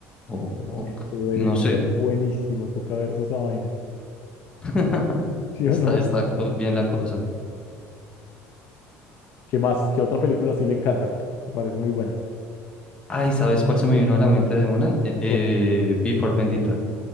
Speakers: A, on the left; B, on the left.
A: o, o
B: eso
A: c-
B: debe
A: no sé,
B: ser buenísimo. Toca verse esa vaina.
A: <laughs>
B: <laughs> ¿Sí o
A: está,
B: no?
A: está co- bien la cosa.
B: ¿Qué más? ¿Qué otra película sí le encanta? Me parece muy buena.
A: Ay, ¿sabes cuál se me vino a la mente de una? Eh, eh,
B: Bueno.
A: Vi por Bendita.